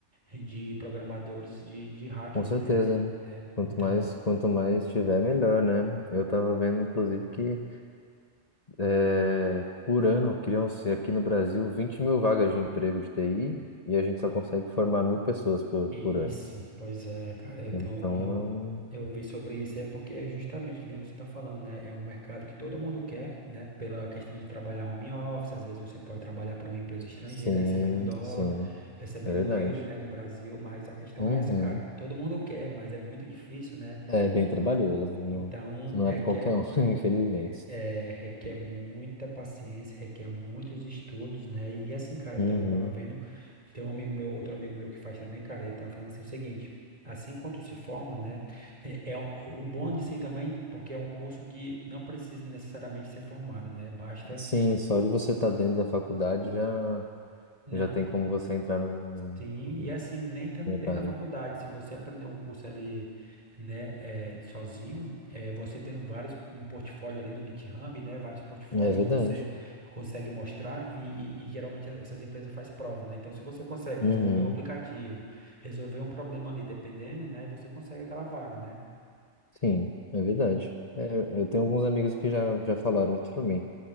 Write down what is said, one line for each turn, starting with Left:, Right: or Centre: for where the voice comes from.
Right: de programadores de, de hackers,
Left: Com certeza.
Right: né? Ali, né?
Left: Quanto
Right: Então.
Left: mais, quanto mais tiver, melhor, né? Eu tava vendo, inclusive, que eh, por ano criam-se aqui no Brasil 20 mil vagas de emprego de TI e a gente só consegue formar mil pessoas por,
Right: Isso,
Left: por ano.
Right: pois é, cara, eu tenho,
Left: Então,
Right: eu,
Left: é um-
Right: eu vi sobre isso, é porque é justamente que nem você está falando, né? É um mercado que todo mundo quer, né? Pela questão de trabalhar home office, às vezes você pode trabalhar para uma empresa estrangeira,
Left: sim,
Right: recebendo dólar,
Left: sim,
Right: recebendo
Left: é verdade.
Right: euro, né? No Brasil, mas a questão
Left: Uhum.
Right: é essa, cara. Todo mundo quer, mas é muito difícil, né?
Left: É bem
Right: E,
Left: trabalhoso, não,
Right: então
Left: não
Right: requer
Left: é pra qualquer um, <laughs> infelizmente.
Right: é, requer muita paciência, requer muitos estudos, né? E assim, cara, eu
Left: Uhum.
Right: também tava vendo, tem um amigo meu, outro amigo meu que faz também, cara, ele tava falando assim o seguinte, assim quanto se forma, né? É, é um- é o bom de ser também, porque é um curso que não precisa necessariamente ser formado, né? Basta,
Left: Sim, só de você estar dentro da faculdade já,
Right: não,
Left: já tem como você entrar no
Right: Sim,
Left: no
Right: e assim, nem estando
Left: mercado.
Right: dentro da faculdade, se você aprender um curso ali, né, eh, de sozinho, eh, você tendo vários, um portfólio ali no GitHub, né, vários portfólios
Left: É verdade.
Right: que você consegue mostrar e, e- e geralmente essas empresas fazem prova, né, então se você consegue
Left: Uhum.
Right: desenvolver um aplicativo, resolver um problema ali, dependendo, né, você consegue aquela vaga, né.
Left: Sim, é verdade. É, eu tenho alguns amigos que já, já falaram isso pra mim.